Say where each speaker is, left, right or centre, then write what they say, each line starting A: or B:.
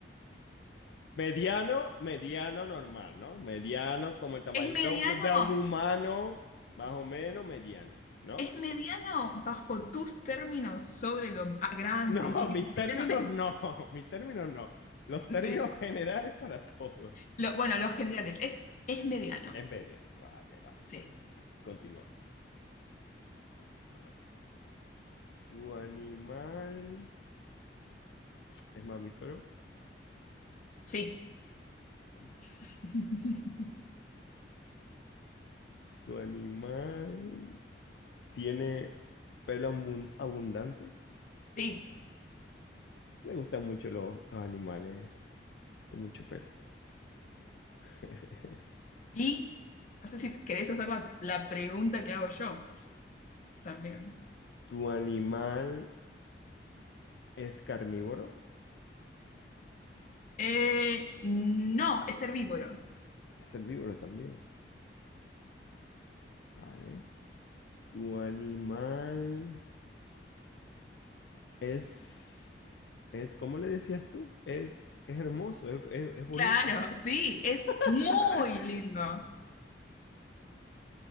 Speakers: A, on the left; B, on the left.
A: Mediano, mediano normal, ¿no? Mediano como el tamaño
B: Es mediano,
A: de un, de un humano, más o menos mediano, ¿no?
B: es mediano
A: <laughs>
B: bajo tus términos sobre lo ah, grande,
A: No,
B: chiquito,
A: mis
B: mediano.
A: términos
B: es-
A: no, <laughs> mis términos no. Los términos
B: sí.
A: generales para todos.
B: Lo- bueno, los generales, es, es mediano.
A: Es mediano, vale, vale,
B: Sí,
A: vale. Continuamos. A ver. ¿Tu animal es mamífero?
B: sí,
A: Ok.
B: <laughs>
A: ¿Tu animal tiene pelo abun- abundante?
B: sí.
A: Le gustan mucho los, los animales con mucho pelo. <laughs>
B: Y no sé si querés hacer la, la pregunta que hago yo. también.
A: ¿Tu animal es carnívoro?
B: Eh, no, es herbívoro.
A: Es herbívoro también. Vale. ¿Tu animal es, es, ¿cómo le decías tú? Es, es hermoso, es, es- es bonito.
B: Claro, sí, es muy
A: <laughs>
B: lindo.